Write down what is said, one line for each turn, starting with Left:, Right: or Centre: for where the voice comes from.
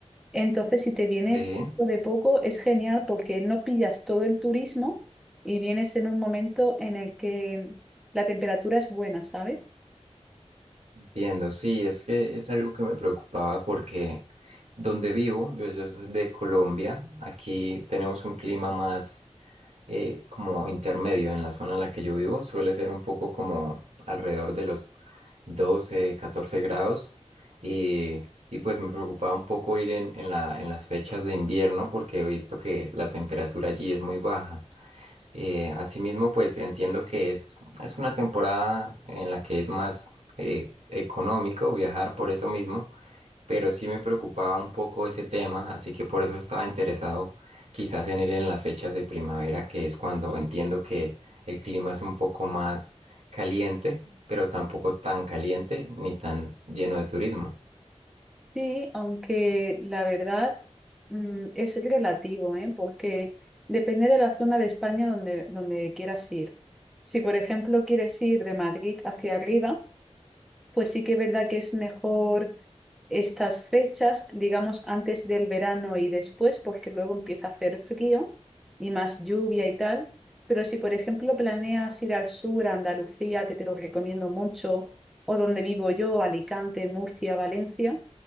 Centre: Entonces, si te vienes
Right: Sí,
Centre: dentro de poco, es genial porque no pillas todo el turismo y vienes en un momento en el que la temperatura es buena, ¿sabes?
Right: entiendo. Sí, es que es algo que me preocupaba porque donde vivo, yo, yo soy de Colombia, aquí tenemos un clima más, eh, como intermedio en la zona en la que yo vivo. Suele ser un poco como alrededor de los 12 14 grados. Y, y pues me preocupaba un poco ir en, en la- en las fechas de invierno porque he visto que la temperatura allí es muy baja. Eh, asimismo, pues entiendo que es, es una temporada en la que es más eh, económico viajar por eso mismo pero sí me preocupaba un poco ese tema, así que por eso estaba interesado quizás en ir en las fechas de primavera, que es cuando entiendo que el clima es un poco más caliente, pero tampoco tan caliente ni tan lleno de turismo.
Centre: Sí, aunque la verdad mm, es relativo, ¿eh? Porque depende de la zona de España donde, donde quieras ir. Si, por ejemplo, quieres ir de Madrid hacia arriba, pues sí que es verdad que es mejor estas fechas, digamos, antes del verano y después, porque luego empieza a hacer frío y más lluvia y tal. Pero si, por ejemplo, planeas ir al sur, a Andalucía, que te lo recomiendo mucho, o donde vivo yo, Alicante, Murcia, Valencia,